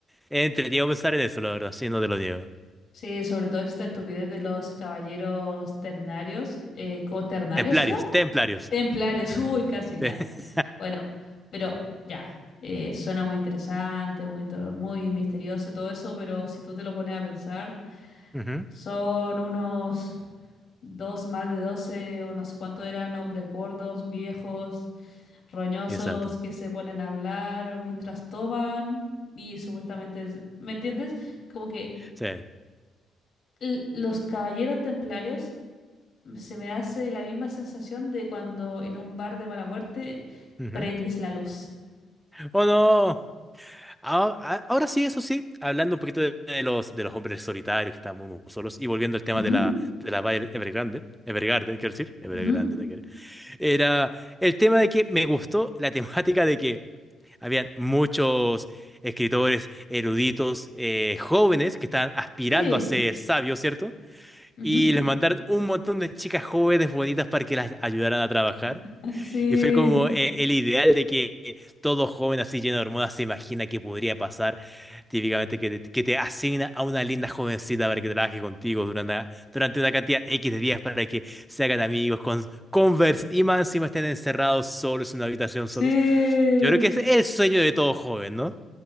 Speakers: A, in the centre; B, on the left.
A: Es Entretenido pensar en eso, la verdad, sí, no te lo niego.
B: Sí, sobre todo esta estupidez de los caballeros ternarios. Eh, ¿cómo ternarios
A: Templarios,
B: era?
A: templarios.
B: Templarios, <laughs> uy, casi ya.
A: <laughs>
B: Bueno, pero ya, eh, suena muy interesante, muy, to- muy misterioso y todo eso, pero si tú te lo pones a pensar,
A: Ujú,
B: son unos dos, más de 12 o no sé cuánto eran hombres gordos, viejos, roñosos,
A: Exacto.
B: que se ponen a hablar mientras toman y supuestamente, es- ¿me entiendes? Como que
A: Sí.
B: l- los caballeros templarios se me hace la misma sensación de cuando en un bar de mala muerte
A: Ujú.
B: prendes la luz.
A: ¡Oh, no! Ah, ah, Ahora sí, eso sí, hablando un poquito de, de los, de los hombres solitarios que están muy, muy solos y volviendo al tema
B: Ujú,
A: de la, de la Violet Evergrande, Evergarden, quiero decir, Evergrande,
B: ujú,
A: nada que ver. era el tema de que me gustó la temática de que habían muchos escritores eruditos eh, jóvenes que estaban aspirando
B: Sí,
A: a ser sabios, ¿cierto?
B: ujú,
A: Y les mandaron un montón de chicas jóvenes bonitas para que las ayudaran a trabajar.
B: <laughs> sí,
A: Y fue como eh, el ideal de que todo joven así lleno de hormonas se imagina que podría pasar. Típicamente que te, que te asigna a una linda jovencita para que trabaje contigo durante, durante una cantidad X de días para que se hagan amigos, con, conversen y más encima estén encerrados solos en una habitación solos.
B: sí.
A: Yo creo que es el sueño de todo joven, ¿no?